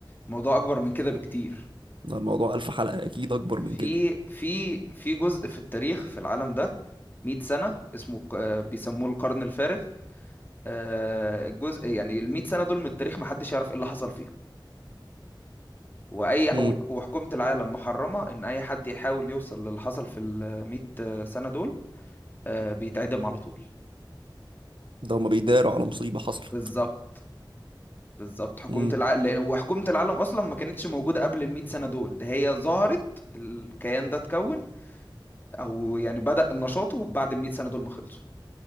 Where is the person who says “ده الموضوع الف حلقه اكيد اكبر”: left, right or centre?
Right